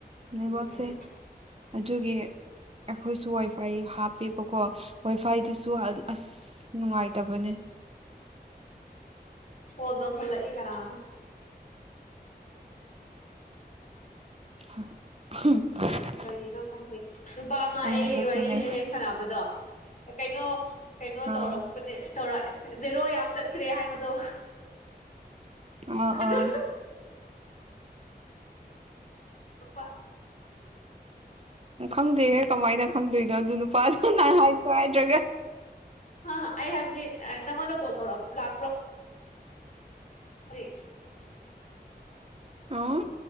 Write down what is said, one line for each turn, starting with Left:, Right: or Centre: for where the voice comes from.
Right: ꯅꯦꯠꯋꯥꯛꯁꯦ
Left: ꯑꯗꯨ ꯀꯩꯅꯣ
Right: ꯑꯗꯨꯒꯤ ꯑꯩꯈꯣꯏꯁꯨ ꯋꯥꯏꯐꯥꯏ ꯍꯥꯞꯄꯦꯕꯀꯣ ꯋꯥꯏꯐꯥꯏꯗꯨꯁꯨ ꯍꯠ ꯑꯁ ꯅꯨꯡꯉꯥꯏꯇꯕꯅꯦ
Left: ꯀꯣꯜ ꯇꯧꯁꯜꯂꯛꯏ ꯀꯅꯥꯅꯣ
Right: <unintelligible> <unintelligible>
Left: ꯀꯔꯤꯅꯣ ꯈꯪꯗꯦ ꯅꯨꯄꯥ ꯑꯃ
Right: ꯑꯩꯉꯣꯟꯗꯁꯨꯅꯦ
Left: ꯑꯩ ꯋꯥꯔꯤ ꯍꯦꯛ ꯍꯦꯛ ꯁꯥꯟꯅꯕꯗꯣ ꯑꯦ ꯀꯩꯅꯣ ꯀꯩꯅꯣ
Right: ꯑꯥ
Left: ꯇꯧꯔꯛꯄꯅꯦ ꯇꯧꯔꯛꯑꯦ ꯖꯦꯔꯣ ꯌꯥꯝ ꯆꯠ ꯈ꯭ꯔꯦ ꯍꯥꯏꯕꯗꯣ
Right: ꯑꯥ
Left: ꯑꯗꯨ
Right: ꯑꯥ
Left: ꯅꯨꯄꯥ
Right: ꯎꯝ ꯈꯪꯗꯦꯍꯦ ꯀꯃꯥꯏꯅ ꯈꯪꯗꯣꯏꯅꯣ ꯑꯗꯨ ꯅꯨꯄꯥꯗꯣ ꯅꯥ ꯍꯥꯏꯁꯨ ꯍꯥꯏꯗ꯭ꯔꯥꯒ
Left: ꯍꯥ ꯑꯩ ꯍꯥꯏꯕꯗꯤ ꯑꯥ ꯅꯪꯉꯣꯟꯗ ꯀꯣꯜ ꯇꯧꯔꯛ ꯂꯥꯛꯄ꯭ꯔꯣ <unintelligible>
Right: ꯑꯥꯎ